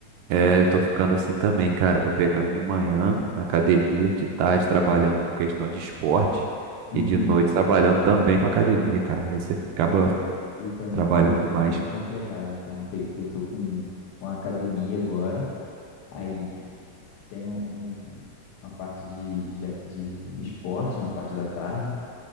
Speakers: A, on the right; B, on the left.
A: É,
B: Então,
A: eu tô ficando assim também,
B: pra-
A: cara. Tô pegando de manhã na academia, de tarde trabalhando com questão de esporte
B: Uhum.
A: e de noite trabalhando também com academia, cara. Aí você acaba
B: Eu também
A: trabalhando
B: tô na,
A: demais.
B: na mesma pegada. Então, eu, pe- eu tô com uma academia agora. Aí tem um, um- uma parte de, de, de esporte na parte da tarde.